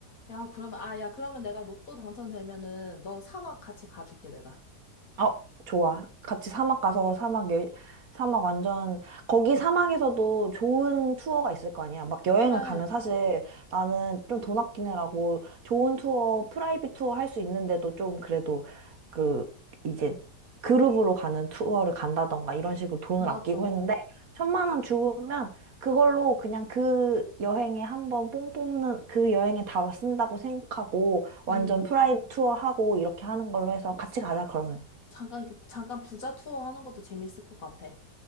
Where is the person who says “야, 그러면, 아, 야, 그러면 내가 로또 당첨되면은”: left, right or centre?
Left